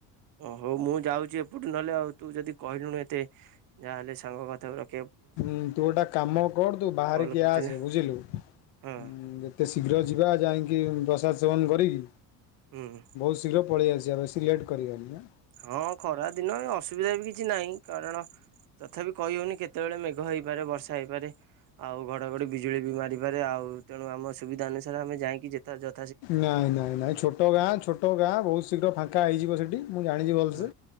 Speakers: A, on the right; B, on the left.
A: ହଉ ମୁଁ ଯାଉଚି ଏପଟୁ ନହେଲେ ଆଉ ତୁ ଯଦି କହିଲୁଣି ଏତେ ଯାହା ହେଲେ ସାଙ୍ଗ କଥା ପରା।
B: ହୁଁ ତୁ ଗୋଟେ କାମ କର ତୁ ବାହାରିକି
A: କଲ୍ କରିଥିଲେ
B: ଆସେ। ବୁଝିଲୁ? ଉଁ
A: ହଁ
B: ବି। ଯେତେ ଶୀଘ୍ର ଯିବା ଯାଇକି ପ୍ରସାଦ ସେବନ କରିକି
A: ହୁଁ।
B: ବହୁତ ଶୀଘ୍ର ପଳେଇ ଆସିବା। ବେଶୀ ଲେଟ୍ କରବାନି ନା।
A: ହଁ ଖରା ଦିନ ଏଅସୁବିଧା ବି କିଛି ନାହିଁ। କାରଣ ତଥାପି କହିହୋଉନି କେତେବେଳେ ମେଘ ହେଇପାରେ ବର୍ଷା ହେଇପାରେ। ଆଉ ଘଡଘଡି ବିଜୁଳି ବି ମାରିପାରେ। ଆଉ ତେଣୁ ଆମ ସୁବିଧା ଅନୁସାରେ ଆମେ ଯାଇକି ଯେତେ ଜ
B: ନାଇଁ ନାଇଁ ନାଇଁ ଛୋଟ ଗାଁ ଛୋଟ ଛୋଟ ଗାଁ ବହୁତ୍ ଶୀଘ୍ର ଫାଙ୍କା ହେଇଯିବ ସେଠି ମୁଁ ଜାଣିଚି ଭଲସେ
A: ହଁ